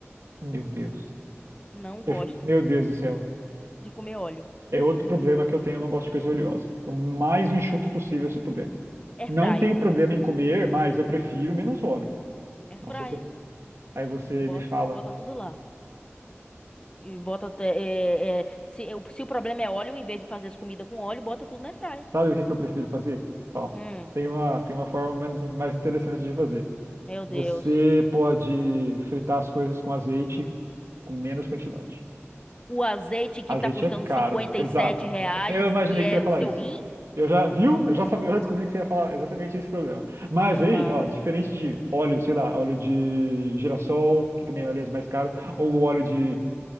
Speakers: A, on the right; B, on the left.
A: Meu Deus.
B: Não gosto
A: Eu- Meu Deus do céu.
B: de comer óleo.
A: É outro
B: Hum,
A: problema que eu tenho, eu não gosto de coisa oleosa. O mais enxuto possível, se puder.
B: air
A: Não
B: fryer.
A: tenho problema em comer, mas eu prefiro menos óleo.
B: Air
A: Não sei se... Aí você
B: Bota,
A: me fala,
B: bota tudo lá. E bota até- é, é, se, é, o- se o problema é óleo, em vez de fazer as comidas com óleo, bota tudo na air
A: sabe o que que eu prefiro fazer? Ó,
B: Hum,
A: tem uma, tem uma forma menos, mais interessante de fazer.
B: meu
A: Você
B: Deus.
A: pode fritar as coisas com azeite com menos quantidade.
B: O azeite que
A: Azeite
B: tá custando
A: é caro,
B: 57
A: exato.
B: reais,
A: Eu imaginei
B: que é
A: que você ia falar
B: o seu
A: isso.
B: rim?
A: Eu já, viu? Eu já sabia, eu já descobri que você ia falar exatamente esse problema. Mas
B: Aham.
A: aí, ó, diferente de óleo, sei lá, óleo de girassol, que também é, aliás, mais caro, ou o óleo de.